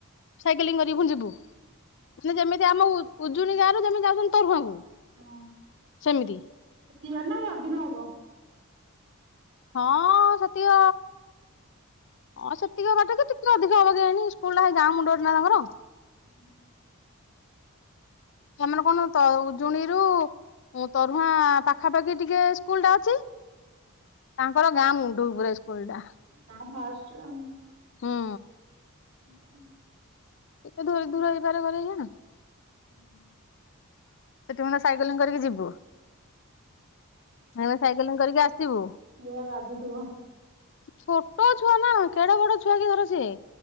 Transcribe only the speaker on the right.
ହଁ
ସେତିକି ବାଟ ନା ଇଏ ଅଧିକ ହବ?
ହୁଁ ହୁଁ <inaudible>
ତାଙ୍କ ଫାଷ୍ଟରେ ଆଉ।
<unintelligible>
ହୁଁ।
ଯାହା ବାଧୁଥିବ।